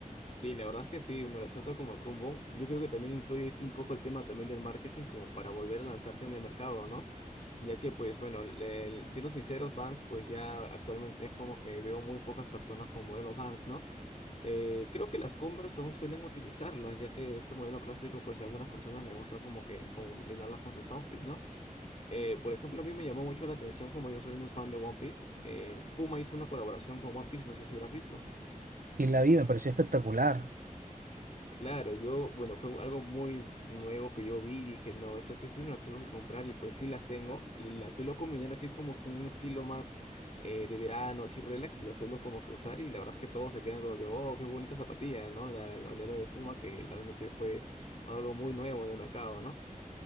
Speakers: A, on the left; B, on the right.
A: Sí, la verdad es que sí, me resulta como que un boom. Yo creo que también influye un poco el tema también del marketing como para volver a lanzarse en el mercado, ¿no? Ya que pues bueno, le- el- siendo sinceros, Vans pues ya actualmente es como que veo muy pocas personas con modelos Vans, ¿no? Eh, creo que las Converse aún suelen utilizarlas, ya que este modelo clásico pues a algunas personas les gusta como que combinarlas con sus outfits, ¿no? Eh, por ejemplo, a mí me llamó mucho la atención como yo soy muy fan de One Piece. eh, Puma hizo una colaboración con One Piece, no sé si habrás visto.
B: Y la vi, me pareció espectacular.
A: Claro, yo, bueno, fue algo muy nuevo que yo vi y dije, no, estas sí o sí me las tengo que comprar y pues sí las tengo y las suelo combinar así como con un estilo más eh, de verano, así relax, las suelo como que usar y la verdad es que todos se quedan como que, oh, qué bonita zapatilla, ¿no? La, el bandero de Puma que realmente fue algo muy nuevo del mercado, ¿no?